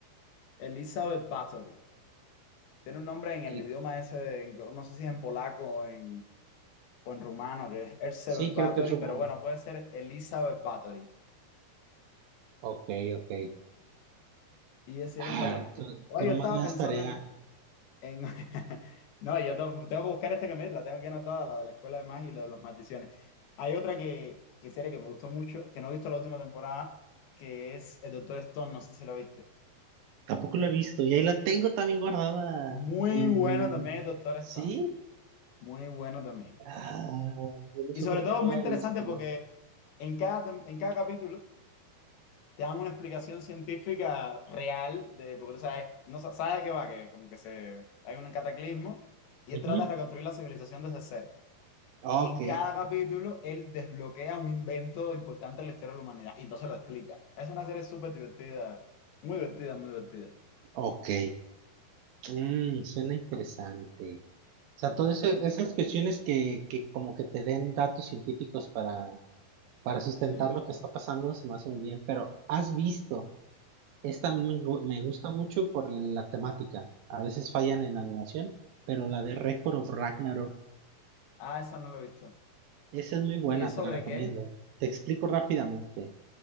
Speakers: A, on the left; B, on the right.
A: Elizabeth Bathory. Tiene un nombre en el
B: El-
A: idioma ese, en- no sé si es en polaco o en, o en rumano, que es Elizabeth
B: Sí,
A: Bathory,
B: creo que es romano.
A: pero bueno, puede ser Elizabeth Bathory.
B: Ok, ok.
A: Y decir, está
B: Ah,
A: buena.
B: tú,
A: Oye,
B: tú
A: yo
B: nomás
A: estaba
B: me
A: pensando
B: das tarea.
A: en, en- <laughs> No, yo to- tengo que buscar esta que me la tengo aquí anotada, la de la Escuela de Magia y la de los maldiciones. Hay otra que, que serie que me gustó mucho, que no he visto la última temporada, que es El Doctor Stone, no sé si la viste.
B: Tampoco la he visto. Y ahí la tengo también guardada
A: Muy
B: en...
A: buena también El Doctor Stone,
B: ¿Sí?
A: muy bueno también.
B: Ah, yo no
A: Y
B: sé
A: sobre
B: por
A: todo
B: qué no
A: muy
B: la
A: interesante
B: he visto.
A: porque en cada, tem- en cada capítulo te dan una explicación científica real de, porque tú sabes, no sa- sabes de qué va, que como que se, hay un cataclismo y
B: Ujú.
A: él trata de reconstruir la civilización desde cero.
B: Ok,
A: y en cada capítulo él desbloquea un invento importante de la historia de la humanidad y entonces lo explica. Es una serie súper divertida, muy divertida, muy divertida.
B: ok. Mm, suena interesante. O sea,
A: El
B: todas
A: Doctor
B: esas
A: Stone.
B: cuestiones que, que como que te den datos científicos para para sustentar
A: Sí.
B: lo que está pasando, se me hace muy bien, pero has visto, esta a mí me, gu- me gusta mucho por la temática, a veces fallan en animación, pero la de Record of Ragnarok,
A: Ah, esa no la he visto.
B: esa es muy buena,
A: ¿Y es sobre
B: te la recomiendo.
A: qué?
B: Te explico rápidamente.